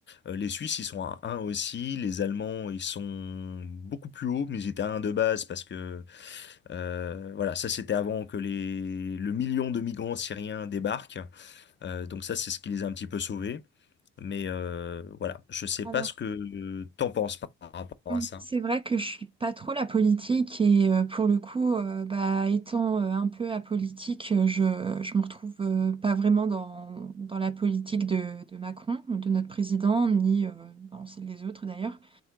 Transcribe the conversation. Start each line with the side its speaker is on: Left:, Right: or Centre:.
Left: Euh, les Suisses, ils sont à un aussi. Les Allemands, ils sont beaucoup plus hauts, mais ils étaient à un de base, parce que, euh, voilà, ça, c'était avant que les... le million de migrants syriens débarquent. Euh, donc ça, c'est ce qui les a un petit peu sauvés. Mais euh, voilà, je sais
Right: Alors,
Left: pas ce que euh, t'en penses par rapport
Right: hum,
Left: à ça.
Right: c'est vrai que je suis pas trop la politique et euh, pour le coup, euh, bah, étant euh, un peu apolitique, euh, je je me retrouve euh, pas vraiment dans, dans la politique de, de Macron, de notre président, ni euh, dans celle des autres d'ailleurs.